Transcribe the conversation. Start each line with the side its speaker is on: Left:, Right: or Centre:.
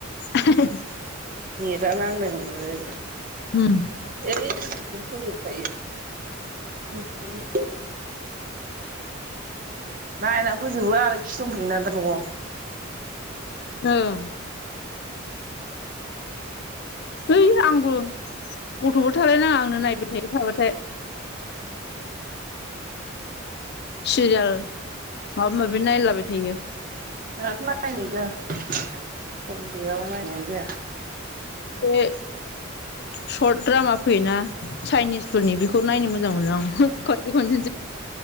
Left: <unintelligible>
Right: नेट आ नांनाय नुंलालाय
Left: उम।
Right: <unintelligible> फोजोबखायो ओंखायनो, नायना फोजोबो आरोखि दंफैयोना दा न'आव।
Left: ओं। है आंबो गथ'बो थालायनााङा आंनो नायबाय थायो थाबाथाय सिरियाल माबा माबि नायलाबाय थायो।
Right: दाथ' नायनाय जाया सम गैयाबा नायनायानो जाया।
Left: बे सर्ट द्रामा फैयोना चाइनिस। फोरनि बेखौ नायनो मोजां मोनो आं खनसे खनसेसो